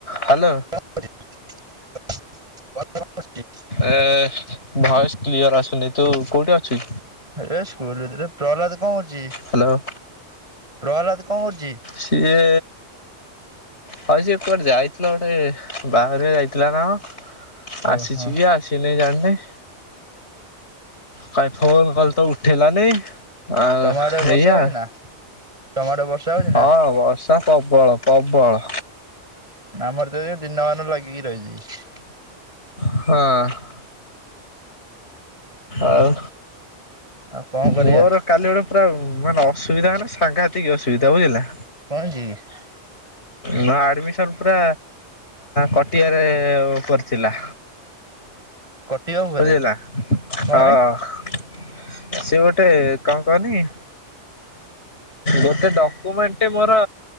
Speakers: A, on the left; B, on the right.
A: ହାଲୋ।
B: ଅଛି <unintelligible>
A: ଏ ଭଏସ କ୍ଲିୟର ଆସୁନି ତୁ କୋଉଠି ଅଛୁ?
B: ଏ ସ୍କୁଲ ଭିତରେ ପ୍ରହ୍ଲାଦ କଣ କରୁଛି?
A: ହ୍ୟାଲୋ।
B: ପ୍ରହ୍ଲାଦ କଣ କରୁଛି?
A: ସିଏ ହଉ ସେ କୁଆଡେ ଯାଇଥିଲ ଗୋଟେ ବାହାଘରିଆ ଯାଇଥିଲା ନା କଣ?
B: ଓହୋ
A: ଆସିଛି କି ଆସିନି ଜାଣିନି। କାଇ ଫୋନ କଲ ତ ଉଠେଇଲାନି ଆଉ
B: ତମ ଆଡେ ବର୍ଷା
A: ଏଇଆ।
B: ହଉଛି ନା ତମ ଆଡେ ବର୍ଷା ହଉଛି
A: ହଁ
B: ନା?
A: ବର୍ଷା ପ୍ରବଳ ପ୍ରବଳ।
B: ଆମର <unintelligible> ଦିନମାନରୁ ଲଗିକି ରହିଛି।
A: ହଁ। ଆଉ
B: ଆଉ କଣ କରିବା
A: ମୋର କାଲି ଗୋଟେ ପୁରା ମାନେ ଅସୁବିଧା ହେଲା ନା ସାଙ୍ଘାତିକ ଅସୁବିଧା ବୁଝିଲୁ ନା।
B: କଣ ହେଇଛି କି?
A: ନ ଆଡମିସନ ପୁରା କଟିଆରେ ଉପରେ କରିଥିଲି।
B: କଟିବ ପରେ
A: ବୁଝିଲା ନା
B: କଣ ପାଇଁ
A: ହଁ। ସିଏ ଗୋଟେ କଣ କହନି ଗୋଟେ ଡକମେଣ୍ଟ ମୋର